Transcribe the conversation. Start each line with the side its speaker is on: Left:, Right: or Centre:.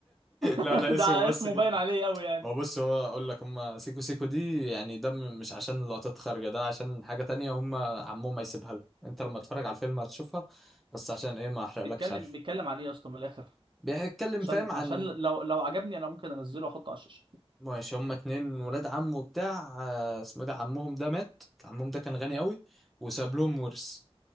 Right: <laughs>
Centre: لا ده اسمه
Right: ده
Centre: بس
Right: اسمه
Centre: كده
Right: باين عليه قوي يعني
Centre: ما هو بص هو اقول لك هم سيكو سيكو دي يعني ده م- مش عشان اللقطات خارجه ده عشان حاجه تانية هم عمهم ما يسيبها له انت لما تتفرج على الفيلم هتشوفها بس عشان ايه ما احرقلكش
Right: بيتكلم
Centre: عارف
Right: بيتكلم عن ايه يا اسطى من الآخر
Centre: بيتكلم
Right: عشان
Centre: فاهم عن
Right: عشان لو لو عجبني انا ممكن انزله واحطه على الشاشة
Centre: ماشي هم اتنين ولاد عمه بتاع آه، اسمه إيه ده عمهم ده مات عمهم ده كان غني قوي وساب لهم ورث